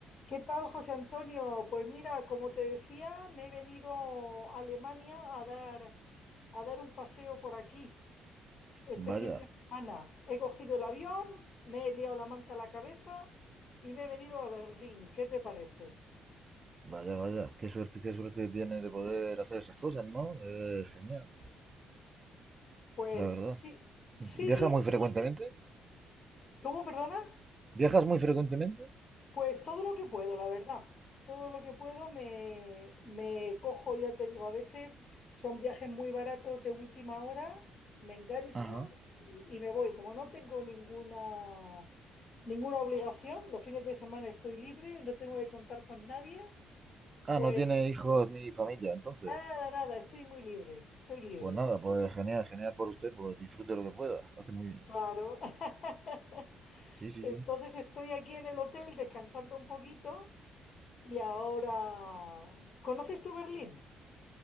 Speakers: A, on the left; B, on the right.
A: ¿Qué tal, José Antonio? Pues mira, como te decía, me he venido a Alemania a dar, a dar un paseo por aquí este
B: Vaya,
A: fin de semana. He cogido el avión, me he liado la manta a la cabeza y me he venido a Berlín. ¿Qué te parece?
B: vaya, vaya. Qué suerte, qué suerte tiene de poder hacer esas cosas, ¿no? Eh, genial,
A: Pues
B: la verdad.
A: sí, sí,
B: ¿Viajas muy frecuentemente?
A: ¿cómo, perdona?
B: ¿Viajas muy frecuentemente?
A: Pues todo lo que puedo, la verdad. Todo lo que puedo me, me cojo, ya te digo, a veces son viajes muy baratos de última hora, me engancho
B: Ajá.
A: y, y me voy. Como no tengo ninguna, ninguna obligación, los fines de semana estoy libre, no tengo que contar con nadie,
B: Ah,
A: pues
B: no tiene hijos ni familia, entonces.
A: nada, nada, estoy muy libre, estoy libre.
B: Pues nada, pues genial, genial por usted, pues disfrute lo que pueda. Hace muy bien.
A: Claro. <laughs>
B: Sí, sí,
A: Entonces
B: sí.
A: estoy aquí en el hotel descansando un poquito y ahora... ¿Conoces tú Berlín?